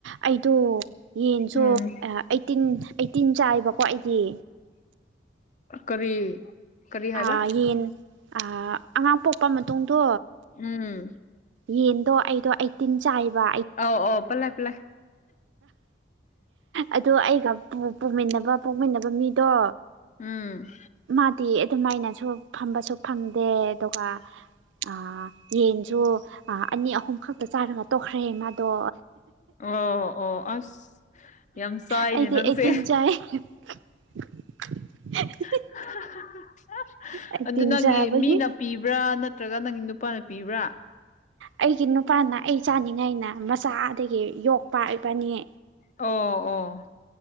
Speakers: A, on the right; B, on the left.
A: ꯑꯩꯗꯣ ꯌꯦꯟꯁꯨ
B: ꯎꯝ
A: ꯑꯩꯠꯇꯤꯟ ꯑꯩꯠꯇꯤꯟ ꯆꯥꯏꯕꯀꯣ ꯑꯩꯗꯤ
B: ꯀꯔꯤ ꯀꯔꯤ ꯍꯥꯏꯕ
A: ꯑꯥ ꯌꯦꯟ ꯑ ꯑꯉꯥꯡ ꯄꯣꯛꯄ ꯃꯇꯨꯡꯗꯣ
B: ꯎꯝ
A: ꯌꯦꯟꯗꯣ ꯑꯩꯗꯣ ꯑꯩꯇꯤꯟ ꯆꯥꯏꯕ
B: ꯑꯥꯎ ꯑꯣ ꯄꯂꯦ ꯄꯂꯦ
A: ꯑꯗꯨ ꯑꯩꯒ ꯄꯨꯃꯤꯟꯅꯕ ꯄꯣꯛꯃꯤꯟꯅꯕ ꯃꯤꯗꯣ
B: ꯎꯝ
A: ꯃꯥꯗꯤ ꯑꯗꯨꯝꯃꯥꯏꯅꯁꯨ ꯐꯝꯕꯁꯨ ꯐꯪꯗꯦ ꯑꯗꯨꯒ ꯑꯥ ꯌꯦꯟꯁꯨ ꯑꯅꯤ ꯑꯍꯨꯝ ꯈꯛꯇ ꯆꯥꯏꯔꯒ ꯇꯣꯛꯈ꯭ꯔꯦ ꯃꯥꯗꯣ
B: ꯑꯣ ꯑꯣ ꯑꯁ ꯌꯥꯝ ꯆꯥꯏꯅꯦ
A: ꯑꯩꯗꯤ
B: ꯅꯪꯁꯦ
A: ꯑꯩꯠꯇꯤꯟ ꯆꯥꯏ <inaudible>
B: <inaudible>
A: ꯑꯩꯠꯇꯤꯟ
B: ꯑꯗꯨ ꯅꯪꯒꯤ
A: ꯆꯥꯕꯒꯤ
B: ꯃꯤꯅ ꯄꯤꯕ꯭ꯔꯥ ꯅꯠꯇ꯭ꯔꯒ ꯅꯪꯒꯤ ꯅꯨꯄꯥꯅ ꯄꯤꯕ꯭ꯔꯥ?
A: ꯑꯩꯒꯤ ꯅꯨꯄꯥꯅ ꯑꯩ ꯆꯥꯅꯤꯡꯉꯥꯏꯅ ꯃꯆꯥꯗꯒꯤ ꯌꯣꯛꯄꯥꯛ ꯏꯕꯥꯟꯅꯤ꯫
B: ꯑꯣ ꯑꯣ